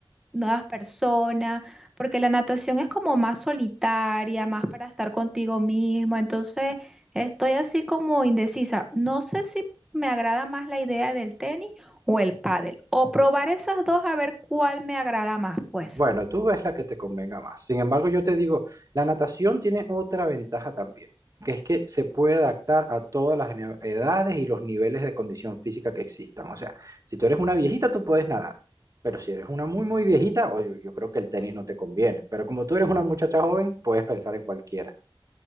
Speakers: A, in the centre; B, on the right.
A: nuevas personas, porque la natación es como más solitaria, más para estar contigo mismo. Entonces, estoy así como indecisa. No sé si me agrada más la idea del tenis o el pádel, o probar esas dos a ver cuál me agrada más, pues.
B: Bueno, tú ves la que te convenga más. Sin embargo, yo te digo, la natación tiene otra ventaja también, que es que se puede adaptar a todas las ene- edades y los niveles de condición física que existan. O sea, si tú eres una viejita, tú puedes nadar, pero si eres una muy, muy viejita, oye, yo, creo que el tenis no te conviene. Pero como tú eres una muchacha joven, puedes pensar en cualquiera.